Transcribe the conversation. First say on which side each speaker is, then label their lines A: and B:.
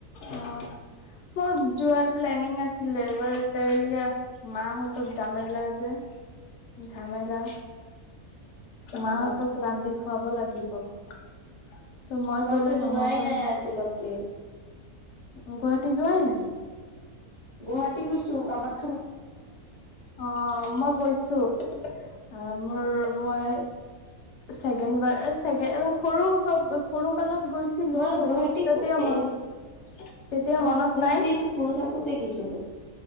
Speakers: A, on the left; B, on the left.
A: অ। মোৰ যোৱাৰ প্লেনিং আছিলে এবাৰ তে এয়া মাহঁতৰ জামেলা যে। ঝামেলা।
B: অ।
A: মাহঁতক ৰান্ধি খুৱাব লাগিব। ত' মই
B: মইতো
A: গলে
B: যোৱাই
A: নহ'ব
B: নাই
A: ন।
B: আজিলৈকে
A: গুৱাহাটী যোৱাই নাই?
B: গুৱাহাটী গৈছো কামাখ্
A: অ মই গৈছো। অ', মোৰ মই ছেকেণ্ড বাৰ সৰু সৰু কালত গৈছিলো
B: মই
A: সৰু
B: গুৱাহাটী
A: তাতে
B: কে
A: মন তেতিয়া
B: মই
A: মনত
B: গুৱাহাটীত
A: নাই
B: সুৰো থাকোতে গেছিলো।